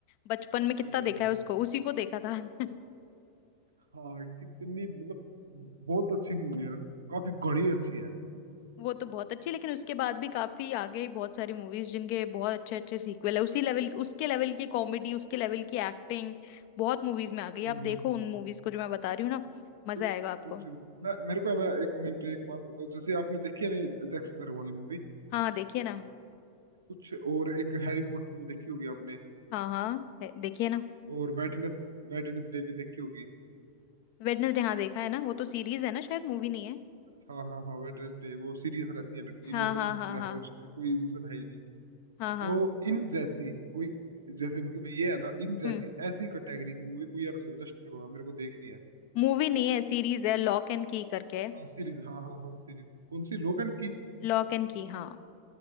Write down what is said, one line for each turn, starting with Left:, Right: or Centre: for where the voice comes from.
Left: बचपन में कितना
Right: अरे
Left: देखा है
Right: यार
Left: उसको उसी को देखा था <laughs>
Right: हाँ कितनी मतलब बहुत अच्छी मूवी यार काफी घनी अच्छी है
Left: वो तो बहुत अच्छी लेकिन उसके बाद भी काफी आ गई बहुत सारी मूवीज जिनके बहुत अच्छे अच्छे सीक्वल है उसी लेवल उसके लेवल की कॉमेडी उसके लेवल की एक्टिंग बहुत मूवीज में आ गई
Right: हम्म
Left: आप
Right: हम्म,
Left: देखो
Right: हम्म।
Left: उन मूवीज को जो मैं बता रही हूँ ना मजा
Right: कौन
Left: आएगा
Right: सी
Left: आपको
Right: कौन सी ना मेरे को है ना एक मिनट एक बात बताओ जैसे आपने देखी है ना ये जैक स्पैरो वाली मूवी
Left: हाँ हाँ, देखिए ना
Right: कुछ और एक हैरी पॉटर भी देखी होगी आपने
Left: हाँ हाँ है- देखिए ना
Right: और वेडनेस वेडनेसडे भी देखी होगी
Left: वेडनेसडे हाँ देखा है ना वो तो सीरीज है ना शायद मूवी नहीं है
Right: हाँ हाँ हाँ वेडनेसडे वो सीरियस रहती है लड़की
Left: हाँ
Right: इमोशन
Left: हाँ हाँ
Right: लेस
Left: हाँ
Right: है उसमें कोई इमोशन है ही नहीं
Left: हाँ हाँ
Right: तो इन जैसी कोई जैसे मतलब ये है ना इन जैसी
Left: हम्म
Right: ऐसी कैटेगरी की मूवी कोई यार सजेस्ट करो हाँ मेरे को देखनी है
Left: मूवी नहीं है सीरीज है लॉक एंड की करके
Right: हाँ सीरीज हाँ हाँ हाँ सीरीज कौन सी लोगन की
Left: लॉक एंड की हाँ